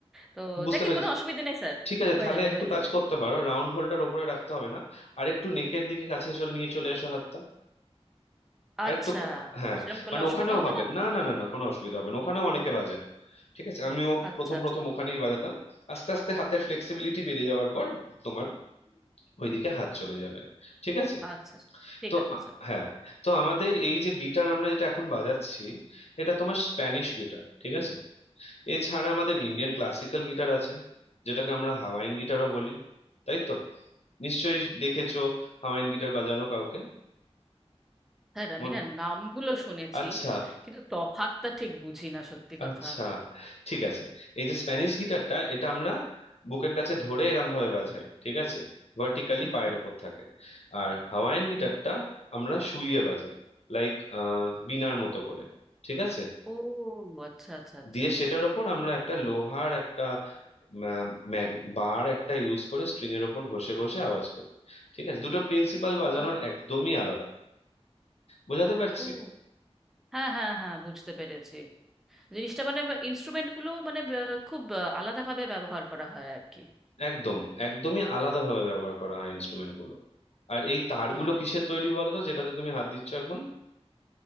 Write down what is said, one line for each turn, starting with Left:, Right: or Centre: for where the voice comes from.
Centre: তো
Left: বুঝতে
Centre: যাকে
Left: পেরেছি
Centre: কোনো অসুবিধে নেই স্যার
Left: ঠিক আছে
Centre: হয়ে
Left: তাহলে
Centre: যাবে
Left: একটু
Centre: হয়ে
Left: কাজ
Centre: যাবে
Left: করতে পারো রাউন্ড হোলটার ওপরে রাখতে হবে না আর একটু নেকের দিকে কাছে চলে নিয়ে চলে এসো হাতটা আর
Centre: আচ্ছা
Left: একটু কা- হ্যাঁ
Centre: সেরকম করলে
Left: মানে
Centre: অসুবিধা
Left: ওখানেও
Centre: হবে
Left: হবে
Centre: না তো
Left: না না না না কোনো অসুবিধা হবে না ওখানেও অনেকে বাজায় ঠিক আছে আমিও
Centre: আচ্ছা
Left: প্রথম
Centre: আচ্ছা
Left: প্রথম ওখানেই বাজাতাম আস্তে আস্তে হাতের ফ্লেক্সিবিলিটি বেড়ে যাওয়ার পর তোমার ওইদিকে হাত চলে যাবে ঠিক আছে
Centre: আচ্ছা ঠিক
Left: তো
Centre: আছে
Left: আ-
Centre: স্যার
Left: হ্যাঁ তো আমাদের এই যে গিটার আমরা যেটা এখন বাজাচ্ছি এটা তোমার স্প্যানিশ গিটার ঠিক আছে এছাড়া আমাদের ইন্ডিয়ান ক্লাসিক্যাল গিটার আছে যেটাকে আমরা হাওয়াইন গিটারও বলি তাই তো নিশ্চয়ই দেখেছো হাওয়াইন গিটার বাজানো কাউকে
Centre: স্যার আমি
Left: মন
Centre: না নামগুলো শুনেছি
Left: আচ্ছা
Centre: কিন্তু তফাতটা ঠিক বুঝি না সত্যি কথা
Left: আচ্ছা ঠিক আছে এই যে স্প্যানিশ গিটারটা এটা আমরা বুকের কাছে ধরে এরম ভাবে বাজাই ঠিক আছে ভার্টিক্যালি
Centre: হুম
Left: পায়ের
Centre: হুম
Left: ওপর থাকে আর হাওয়াইয়ান গিটারটা আমরা শুইয়ে বাজাই লাইক বীণার মতো করে ঠিক আছে
Centre: ও আচ্ছা আচ্ছা আচ্ছা
Left: দিয়ে সেটার ওপর আমরা একটা লোহার একটা ম্যা- ম্যাগ- বার একটা ইউজ করে স্ট্রিং এর ওপর ঘষে ঘষে আওয়াজ করি ঠিক আছে দুটো প্রিন্সিপাল বাজানোর
Centre: আর
Left: একদমই আলাদা বোঝাতে পারছি
Centre: ও হ্যাঁ হ্যাঁ হ্যাঁ বুঝতে পেরেছি জিনিসটা মানে ইনস্ট্রুমেন্টগুলো মানে ব- খুব আহ, আলাদাভাবে ব্যবহার করা হয় আর কি
Left: একদম একদমই আলাদাভাবে ব্যবহার করা হয় ইনস্ট্রুমেন্ট গুলো আর এই তারগুলো
Centre: হুম হুম
Left: কিসের তৈরি বলো তো যেটাতে তুমি হাত দিচ্ছ এখন